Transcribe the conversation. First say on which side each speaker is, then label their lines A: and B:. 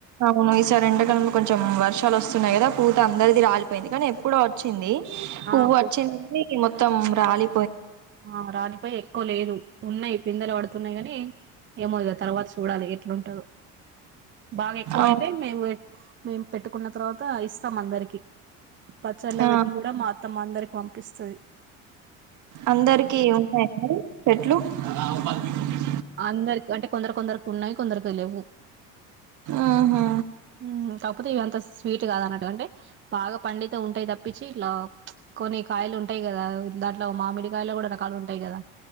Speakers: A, on the right (about 55°); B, on the right (about 30°).
A: అవును ఈసారి ఎడాకాలంలో కొంచెం వర్షాలు వస్తున్నాయి, కదా పూత అందరిది రాలిపోయింది, కానీ ఎప్పుడో వచ్చింది. పువ్వు
B: ఆ పూ
A: వచ్చింది కానీ మొత్త మొత్తం రాలి,
B: ఆ రాలి పోయి ఎక్కువ లేదు, ఉన్నాయి పిందలు పడుతున్నాయి. కాని ఏమో ఇగా తర్వాత చూడాలి ఎట్లుంటదో బాగా ఎక్కువ
A: అవు
B: అయితే మేకు, మేం పెట్టుకున్న తర్వాత ఇస్తాం, అందరికి పచ్చళ్లు
A: ఆ
B: పెట్టి కూడా మా అత్తమ్మ అందరికి, పంపిస్తాది.
A: అందరికి ఉండయా మరి చెట్లు, <unintelligible>
B: అందరికి అంటే కొందరు కొందరికి ఉన్నాయి. కొందరకి లేవు
A: ఆహా
B: ఉమ్, కాకపోతే ఇవి అంత స్వీట్ కాద అన్నట్టు అంటే బాగా పండితే ఉంటాయి, తప్పించి ఇట్లా కొన్ని కాయలు ఉంటాయి కదా దాంట్లో మామిడికాయలు కూడా రకాలు ఉంటాయి కదా,